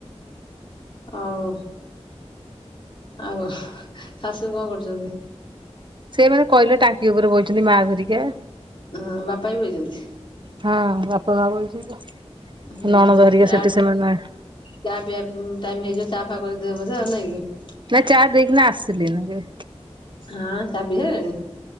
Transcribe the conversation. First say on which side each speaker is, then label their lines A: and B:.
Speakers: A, on the left; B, on the right.
A: ଆଉ ଆଉ ଶାଶୁ କଣ କରୁଛନ୍ତି?
B: ସେମାନେ କହିଲେ ଟାଙ୍କି ଉପରେ ବହୁଛନ୍ତି ମା ଘରିକା।
A: ହୁଁ ବାପା ବି ବଇଛନ୍ତି?
B: ହଁ ବାପା ମା ବଇଛନ୍ତି,
A: ହୁଁ
B: ନଣନ୍ଦ ହେରିକା ସେଠି
A: ଆଉ
B: ସେମାନେ
A: ଚା ପିଆ ଟାଇମ୍ ହେଇଯିବ ଚା ଫା କରି ଦେବେ ବୋଧେ ଆଉ ନାଇଁ କି?
B: ନା ଚା ଦେଇକିନା ଆସିଲି ମୁଁ ଯେ।
A: ହାଁ ଚା ପିଇଲେଣି